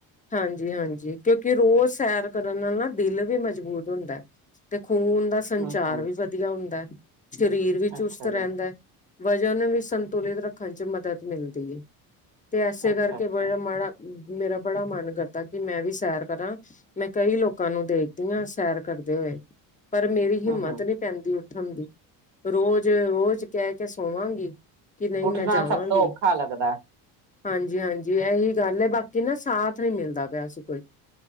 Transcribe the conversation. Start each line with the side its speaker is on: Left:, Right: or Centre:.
Left: ਹਾਂਜੀ ਹਾਂਜੀ ਕਿਉਂਕਿ ਰੋਜ਼ ਸ਼ੈਰ ਕਰਨ ਨਾਲ ਨਾ ਦਿਲ ਵੀ ਮਜ਼ਬੂਤ ਹੁੰਦਾ। ਤੇ ਖੂਨ ਦਾ ਸੰਚਾਰ
Right: ਹਮ ਹਮ
Left: ਵੀ ਵਧੀਆ ਹੁੰਦਾ, ਸਰੀਰ ਵੀ ਚੁਸਤ
Right: ਅੱਛਾ ਜੀ
Left: ਰੈਂਦਾ। ਵਜ਼ਨ ਨੂੰ ਵੀ ਸੰਤੁਲਿਤ ਰੱਖਣ 'ਚ ਮਦਦ ਮਿਲਦੀ ਏ, ਤੇ ਐਸੇ
Right: ਅੱਛਾ
Left: ਕਰਕੇ
Right: ਅੱਛਾ
Left: ਬੜਾ ਮਾੜਾ ਮੇਰਾ ਬੜਾ ਮਨ ਕਰਦਾ ਕੀ ਮੈਂ ਵੀ ਸ਼ੈਰ ਕਰਾਂ। ਮੈਂ ਕਈ ਲੋਕਾਂ ਨੂੰ ਦੇਖਦੀ ਆਂ ਸ਼ੈਰ ਕਰਦੇ ਹੋਏ, ਪਰ ਮੇਰੀ ਹਿੰਮਤ
Right: ਹਮ ਹਮ
Left: ਨੀ ਪੈਂਦੀ ਉੱਠਣ ਦੀ, ਰੋਜ਼ ਰੋਜ਼ ਕੈ ਕੇ ਸੋਵਾਂਗੀ। ਕੀ ਨਈ
Right: ਉੱਠਣਾ
Left: ਮੈਂ ਜਾਵਾਂਗੀ।
Right: ਸਭ ਤੋਂ ਔਖਾ ਲੱਗਦਾ
Left: ਹਾਂਜੀ ਹਾਂਜੀ ਐਹੀ ਗੱਲ ਐ, ਬਾਕੀ ਨਾ ਸਾਥ ਨੀ ਮਿਲਦਾ ਪਿਆ ਸੀ ਕੋਈ।